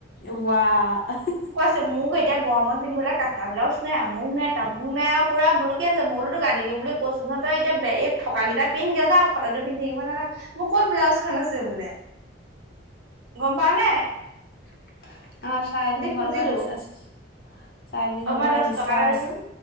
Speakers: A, on the left; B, on the right.
A: ৱাহ
B: মোৰোকো এতিয়া গৰমত পিন্ধিবলৈ কাটা ব্লাউজ নাই, আমুক নাই তামুক নাই আৰু পুৰা বোলো কি আছে মই তোক আনি দিম বুলি কৈছোঁ নহয় তই এতিয়া এই ফটাকেইটা পিন্ধগে যা, ফটা পিন্ধি থাকিব নালাগে। মোৰ ক'ত ব্লাউজখন আছে বোলে, গ'ম পোৱা নাই?
A: <inaudible> আমাৰ চাৰে তিনিশ
B: খুজিলো
A: টকা ৰিচাৰ্জ, চাৰে তিনিশ
B: অ মই
A: টকাৰ
B: দহ
A: ৰিচাৰ্জ
B: টকা এটা দেচোন